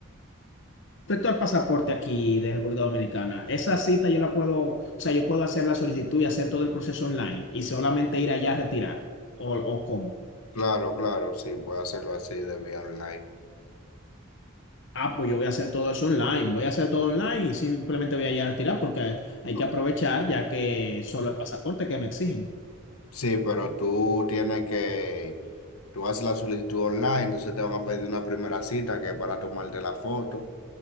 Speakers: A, on the left; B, on the left.
A: Respecto al pasaporte aquí de República Dominicana, esa cita yo la puedo, o sea, yo puedo hacer la solicitud y hacer todo el proceso online y solamente ir allá a retirar. ¿O, o cómo?
B: Claro, claro, sí, puedo hacerlo así de vía online.
A: Ah, pues yo voy a hacer todo eso online, voy a hacer todo online y simplemente voy allá a retirar porque hay
B: No.
A: que aprovechar ya que solo el pasaporte que me exigen.
B: Sí, pero tú tienes que... Tú haces la solicitud online, entonces te van a pedir una primera cita que es para tomarte la foto.